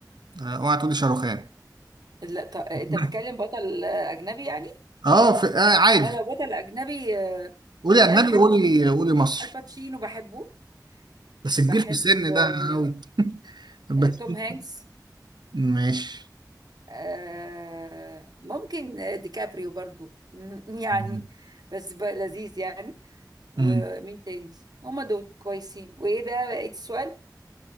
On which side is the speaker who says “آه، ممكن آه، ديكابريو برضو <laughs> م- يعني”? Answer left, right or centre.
Right